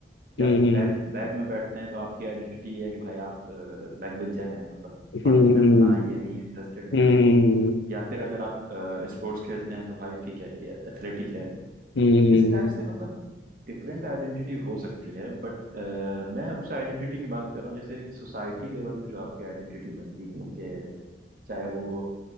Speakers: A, on the left (about 80°); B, on the right (about 50°).
A: हम्म,
B: या बैक बैक में बैठते हैं तो आपकी आइडेंटिटी ये है कि भाई आप बैक बेंचर हैं मतलब पढ़ने
A: हम्म,
B: में उतना ये नहीं है इंटरेस्टेड नहीं
A: हम्म, हम्म,
B: है या फिर अगर आप स्पोर्ट्स खेलते हैं तो भाई ठीक है ये एथलेटिक है
A: हम्म,
B: इस टाइप से मतलब डिफरेंट आइडेंटिटी हो सकती है बट मैं उस आइडेंटिटी की बात कर रहा हूँ जैसे एक सोसाइटी लेवल पे जो आपकी आइडेंटिटी बनती है कि चाहे वो